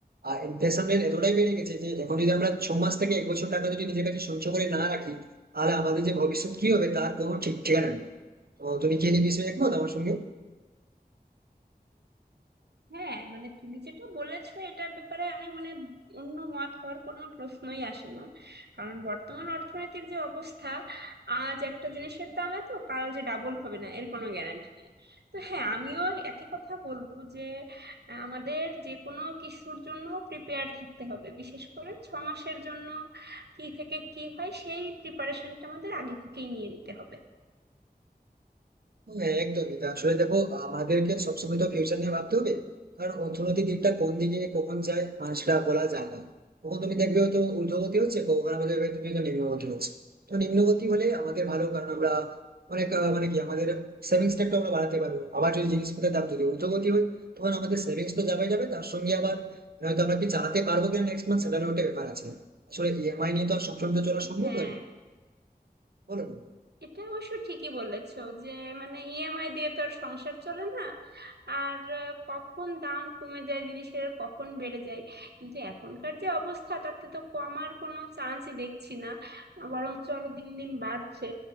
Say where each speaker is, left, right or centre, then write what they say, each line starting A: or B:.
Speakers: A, on the right (about 65°); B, on the right (about 80°).
A: আর ইনফ্লেশনের এতটাই বেড়ে গেছে যে এখন যদি আমরা ছ মাস থেকে এক বছর টাকা যদি নিজের কাছে সঞ্চয় করে না রাখি তাহলে আমাদের যে ভবিষ্যৎ কি হবে তার কোনো ঠিক ঠিকানা নেই তো তুমি কি এই বিষয়ে একমত আমার সঙ্গে
B: হ্যাঁ মানে তুমি যেটা বলেছো এটার ব্যাপারে অনেক মানে অন্য মত হওয়ার কোনো প্রশ্নই আসে না কারণ বর্তমান অর্থনীতির যে অবস্থা আজ একটা জিনিসের দাম এত কাল যে ডাবল হবে না এর কোনো গ্যারান্টি নেই তো হ্যাঁ আমিও একই কথা বলবো যে আহ, আমাদের যে কোনো কিছুর জন্য প্রিপেয়ার থাকতে হবে বিশেষ করে ছ মাসের জন্য কি থেকে কি হয় সেই প্রিপারেশনটা আমাদের আগে থেকেই নিয়ে নিতে হবে
A: হ্যাঁ একদমই তা আসলে দেখো আমাদেরকে সবসময় তো ফিউচার নিয়ে ভাবতে হবে কারণ অর্থনৈতিক দিকটা কোন দিকে কখন যায় মানুষটা বলা যায় না কখন তুমি দেখবে হয়তো ঊর্ধ্বগতি হচ্ছে কখন আমাদের দেখবে তুমি হয়তো নিম্নগতি হচ্ছে তো নিম্নগতি হলে আমাদের ভালো কারণ আমরা অনেক আহ, মানে কি আমাদের সেভিংস টা একটু আমরা বাড়াতে পারবো আবার যদি জিনিসপত্রের দাম যদি ঊর্ধ্বগতি হয় তখন আমাদের সেভিংস তো যাবে যাবে তার সঙ্গে আবার হয়তো আমরা কি চালাতে পারবো কিনা নেক্সট মান্থ সেটারও একটা ব্যাপার আছে আসলে ইএমআই নিয়ে তো আর সবসময় তো চলা সম্ভব
B: হ্যাঁ
A: নয় বলো না?
B: এটা অবশ্য ঠিকই বলেছো যে মানে ইএমআই দিয়ে তো আর সংসার চলে না আর আহ, কখন দাম কমে যায় জিনিসের কখন বেড়ে যায় কিন্তু এখনকার যে অবস্থা তাতে তো কমার কোনো চান্সই দেখছি না বরঞ্চ আরো দিন দিন বাড়ছে